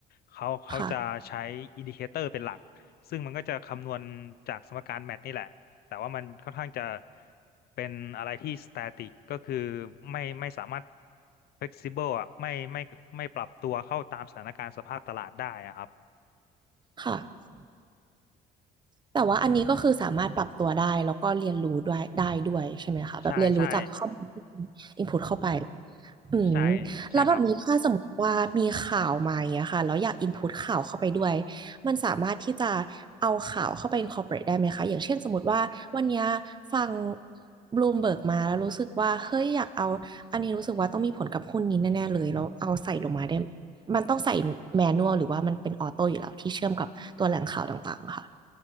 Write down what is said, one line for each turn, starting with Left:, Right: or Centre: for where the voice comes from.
Left: เขาเขาจะใช้อินดิเคเตอร์เป็นหลัก
Right: ค่ะ
Left: ซึ่งมันก็จะคำนวณจากสมการแมทนี่แหละแต่ว่ามันค่อนข้างจะเป็นอะไรที่ static ก็คือไม่ไม่สามารถ flexible อ่ะไม่ไม่ไม่ปรับตัวเข้าตามสถานการณ์สภาพตลาดได้อะครับ
Right: ค่ะ แต่ว่าอันนี้ก็คือสามารถปรับตัวได้แล้วก็เรียนรู้ด้วยได้ด้วยใช่ไหมคะแบบเรียนรู้จากข้อมูลที่
Left: ใช่ใช่
Right: อินพุตเข้าไปอืม
Left: ใช่ใช่ครับ
Right: แล้วแบบนี้ถ้าสมมติว่ามีข่าวมาอย่างเงี้ยค่ะแล้วอยากอินพุตข่าวเข้าไปด้วยมันสามารถที่จะเอาข่าวเข้าไป incorporate ได้ไหมคะอย่างเช่นสมมติว่าวันเนี้ยฟังบลูมเบิร์กมาแล้วรู้สึกว่าเฮ้ยอยากเอาอันนี้รู้สึกว่าต้องมีผลกับหุ้นนี้แน่ๆเลยแล้วเอาใส่ลงมาได้มันต้องใส่แมนนวลหรือว่ามันเป็นออโต้อยู่แล้วที่เชื่อมกับตัวแหล่งข่าวต่างๆอะค่ะ